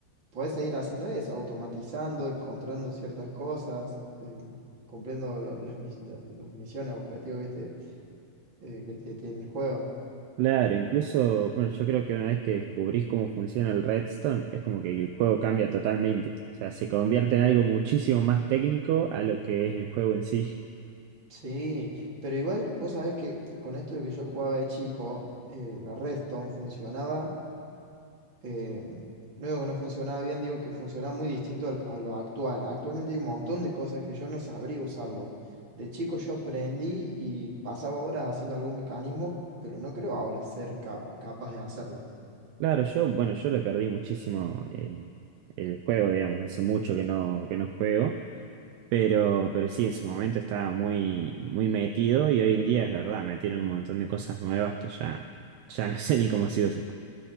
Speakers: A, on the right; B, on the right.
A: podés seguir haciendo eso, automatizando, encontrando ciertas cosas, eh, cumpliendo lo- las, mis- la- las misiones, objetivos, viste, eh, que te tiene el juego.
B: Claro, incluso, bueno, yo creo que una vez que descubrís cómo funciona el redstone, es como que el juego cambia totalmente. O sea, se convierte en algo muchísimo más técnico a lo que es el juego en sí.
A: Sí, pero igual vos sabés que con esto de que yo jugaba de chico, eh, la Redstone funcionaba. eh, no digo que no funcionaba bien, digo que funcionaba muy distinto al- a lo actual. Actualmente hay un montón de cosas que yo no sabría usarlo. De chico yo aprendí y pasaba horas haciendo algún mecanismo, pero no creo ahora ser cap- capaz de hacerlo.
B: Claro, yo, bueno, yo le perdí muchísimo eh, el juego, digamos, hace mucho que no, que no juego, pero, pero sí, en su momento estaba muy, muy metido y hoy en día es verdad, metieron un montón de cosas nuevas que ya, ya no <laughs> sé ni cómo se usan.